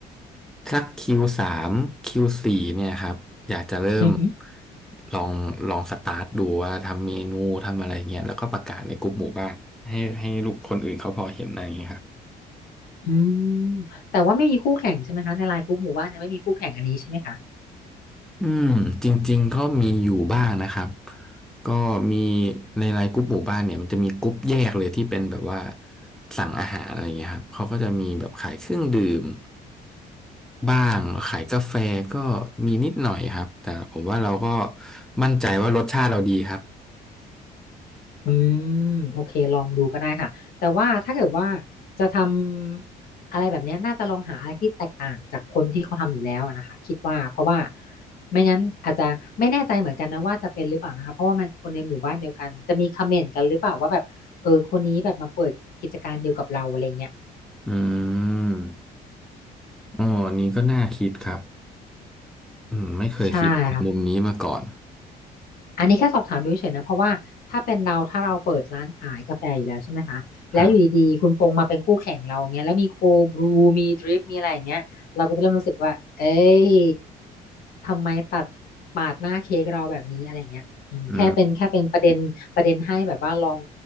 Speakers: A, in the centre; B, on the left.
A: สักคคิิวสามคิวสี่เนี่ยครับอยากจะเริ่ม
B: อือหอ
A: ลองลองสตาร์ทดูว่าทำเมนูทำอะไรเงี้ยแล้วก็ประกาศในกลุ่มหมู่บ้านให้ให้ลูกคนอื่นเขาพอเห็นอะไรอย่างเงี้ยครับ
B: อืมแต่ว่าไม่มีคู่แข่งใช่ไหมคะในไลน์กลุ่มหมู่บ้านเนี่ยไม่มีคู่แข่งอันนี้ใช่ไหมคะ
A: อืมจริงๆก็มีอยู่บ้างนะครับก็มีในไลน์กรุ๊ปหมู่บ้านเนี่ยมันจะมีกรุ๊ปแยกเลยที่เป็นแบบว่าสั่งอาหารอะไรเงี้ยครับเขาก็จะมีแบบขายเครื่องดื่มบ้างขายกาแฟก็มีนิดหน่อยครับแต่ผมว่าเราก็มั่นใจว่ารสชาติเราดีครับ
B: อืมโอเคลองดูก็ได้ค่ะแต่ว่าถ้าเกิดว่าจะทำอะไรแบบเนี้ยน่าจะลองหาอะไรที่แตกต่างจากคนที่เขาทำอยู่แล้วนะคะคิดว่าเพราะว่าไม่งั้นอาจจะไม่แน่ใจเหมือนกันนะว่าจะเป็นหรือเปล่านะคะเพราะว่ามันคนในหมู่บ้านเดียวกันจะมีคอมเมนต์กันหรือเปล่าว่าแบบเออคนนี้แบบมาเปิดกิจการเดียวกับเราอะไรเงี้ย
A: อืมอ๋ออันนี้ก็น่าคิดครับอืมไม่เคยคิดมุมนี้มาก่อน
B: ใช่ค่ะ อันนี้แค่สอบถามดูเฉยๆนะเพราะว่าถ้าเป็นเราถ้าเราเปิดร้านขายกาแฟอยู่แล้วใช่ไหมคะแล้วอยู่ดีๆคุณพงษ์มาเป็นคู่แข่งเราอย่างเงี้ยแล้วมีโคบรูมีดริปมีอะไรอย่างเงี้ยเราก็จะเริ่มรู้สึกว่าเอ้ย
A: ครับ
B: ทำไมตัดปาดหน้าเค้กเราแบบนี้อะไรอย่างเงี้ยอืมแค่เป็นแค่เป็นประเด็นประเด็นให้แบบว่าลอง
A: อืม